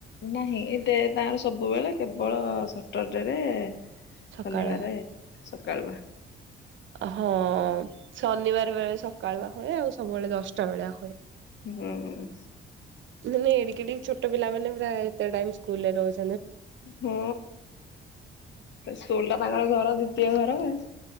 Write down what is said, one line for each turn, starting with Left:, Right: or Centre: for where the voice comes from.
Left: ନାହିଁ ଡେ ତାଙ୍କର ସବୁବେଳେ କେବଳ ସଟରଡେରେ।
Right: ସକାଳ
Left: ଶନିବାର ସକାଳୁଆ।
Right: ହଁ ଶନିବାର ବେଳେ ସକାଳୁଆ ହୁଏ ଆଉ ସବୁବେଳେ ଦଶଟା ବେଳା।
Left: ହୁଁ।
Right: ମାନେ ଏଡିିକି ଏଡ଼ିକି ଛୋଟ ପିଲା ମାନେ ପୁରା ଏତେ ଟାଇମ ସ୍କୁଲ ରେ ରହୁଛ
Left: ହଁ ସ୍କୁଲ ଟା ତାଙ୍କର ଘର ଦ୍ଵିତୀୟ ଘର ଆଉ।